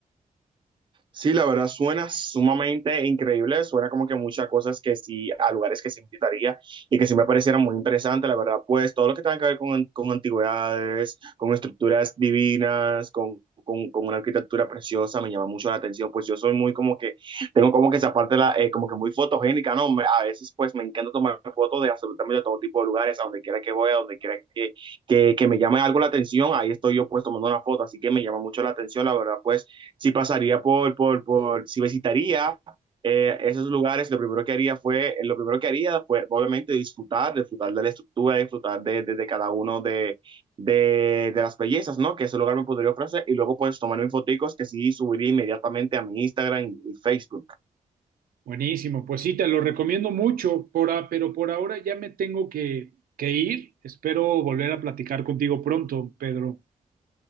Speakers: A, on the right; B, on the right.
A: Sí, la verdad suena sumamente increíble, suena como que muchas cosas que sí, a lugares que sí visitaría y que sí me parecieran muy interesantes, la verdad, pues todo lo que tenga que ver con, con antigüedades, con estructuras divinas, con, con, con una arquitectura preciosa, me llama mucho la atención, pues yo soy muy como que, tengo como que esa parte, la, eh, como que muy fotogénica, ¿no? Me- a veces pues me encanta tomar fotos de absolutamente todo tipo de lugares, a donde quiera que voy, a donde quiera que, que, que me llame algo la atención, ahí estoy yo pues tomando una foto, así que me llama mucho la atención, la verdad, pues si pasaría por, por, por si visitaría eh, esos lugares, lo primero que haría fue, eh, lo primero que haría fue obviamente disfrutar, disfrutar de la estructura, disfrutar de, de, de cada uno de, de, de, las bellezas, ¿no? Que ese lugar me podría ofrecer y luego pues tomar mis foticos que sí subiría inmediatamente a mi Instagram y, Facebook.
B: Buenísimo, pues sí, te lo recomiendo mucho, por a- pero por ahora ya me tengo que, que ir. Espero volver a platicar contigo pronto, Pedro.